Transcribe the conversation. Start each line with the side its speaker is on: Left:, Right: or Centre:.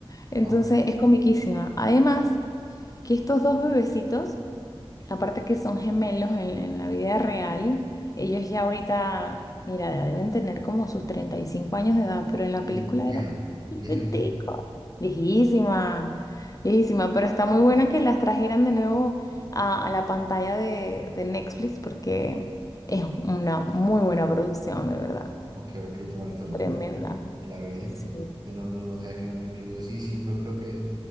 Left: Entonces
Right: Ah,
Left: es comiquísima. Además, que estos dos bebecitos Aparte que son gemelos en, en la vida real, ellos ya ahorita, mira, ya deben tener como sus 35 años de edad, pero en la
Right: muy
Left: película
Right: bien, vieja,
Left: era
Right: vieja,
Left: chiquitico,
Right: vieja.
Left: viejísima, viejísima, pero está muy buena que las trajeran de nuevo a, a la pantalla de, de Netflix porque es una muy buena producción, de verdad,
Right: Ok, ok, tu manito recomienda
Left: tremenda.
Right: y la veré.
Left: Sí.
Right: Eh, No, no, no sabía que la han incluido. Sí, sí, yo creo que.